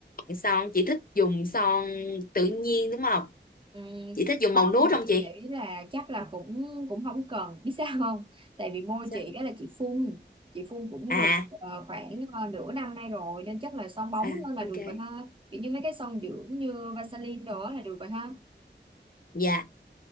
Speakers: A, on the left; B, on the right.
A: son chị thích dùng son tự nhiên đúng không
B: ừ,
A: chị thích dùng
B: xong
A: màu nude
B: thì
A: không
B: chị
A: chị
B: nghĩ là chắc là cũng cũng không cần <laughs> biết sao không tại vì môi
A: Sao?
B: chị đó là chị phun chị phun cũng
A: à
B: được
A: <laughs>
B: ờ, khoảng ờ, nửa năm nay rồi nên chắc là son bóng
A: à
B: hơn là được
A: ok
B: rồi ha kiểu như mấy cái son dưỡng như Vaseline đó là được rồi ha
A: dạ